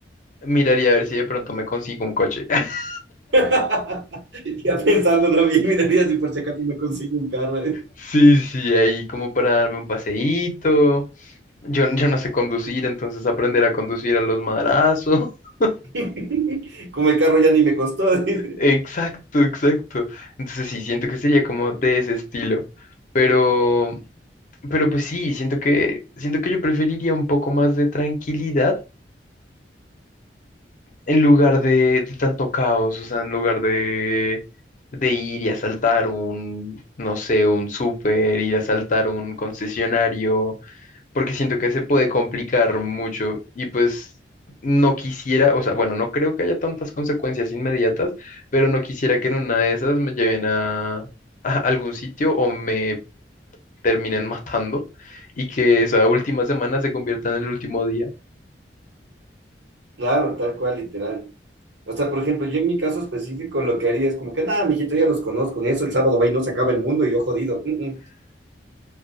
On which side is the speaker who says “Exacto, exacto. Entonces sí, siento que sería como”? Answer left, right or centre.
Left